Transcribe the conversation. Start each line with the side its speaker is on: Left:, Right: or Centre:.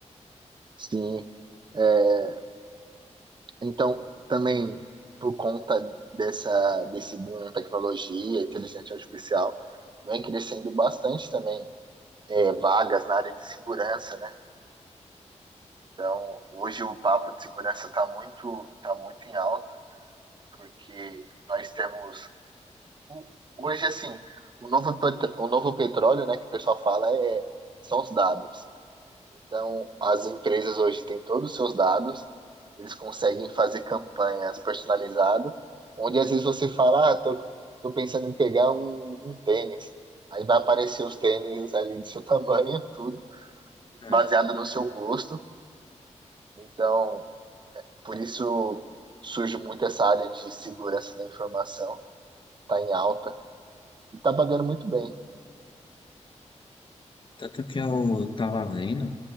Right: Sim. É, então, também por conta dessa, desse boom em tecnologia, inteligência artificial, vem crescendo bastante também é, vagas na área de segurança, né? Então, hoje o papo de segurança está muito, tá muito em alta, porque nós temos, o- hoje assim, o novo, pet- o novo petróleo, né, que o pessoal fala, é, são os dados. Então, as empresas hoje têm todos os seus dados, eles conseguem fazer campanhas personalizadas, onde às vezes você fala, ah, tô, tô pensando em pegar um, um tênis. Aí vai aparecer os tênis ali do seu <laughs> tamanho, tudo,
Left: É.
Right: baseado no seu gosto. Então, por isso surge muito essa área de segurança da informação, tá em alta e tá pagando muito bem.
Left: Tanto que eu tava vendo,